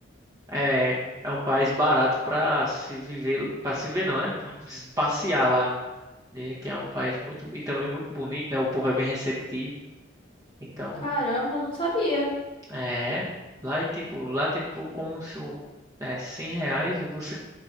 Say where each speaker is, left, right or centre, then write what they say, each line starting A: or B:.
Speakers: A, on the right (about 15°); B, on the left (about 25°).
A: é é um país barato para se viver, para se ver não, né? <laughs> Para passear lá. Dizem que é um país muito e também muito bonito, né? O povo é bem receptivo. Então,
B: Caramba, eu não sabia.
A: É, lá e tipo, lá tipo, como se um- é, 100 reais, você